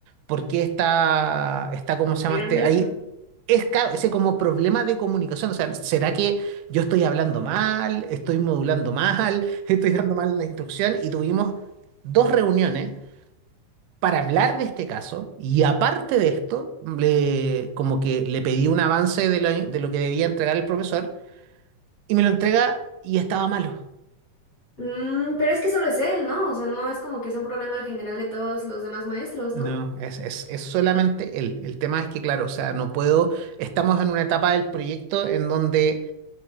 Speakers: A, on the right; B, on the left.
A: por qué está, está, ¿cómo se
B: Pegando
A: llama este?
B: eso.
A: Ahí es ca- ese como problema de comunicación, o sea, ¿será que yo estoy hablando mal, estoy modulando mal, <laughs> estoy dando mal la instrucción? Y tuvimos dos reuniones para hablar de este caso y aparte de esto, le, como que le pedí un avance de lo, de lo que debía entregar el profesor y me lo entrega y estaba malo.
B: Mm, pero es que solo es él, ¿no? O sea, no es como que sea un problema en general de todos los demás maestros,
A: No,
B: ¿no?
A: es, es, es solamente él. El tema es que, claro, o sea, no puedo, estamos en una etapa del proyecto en donde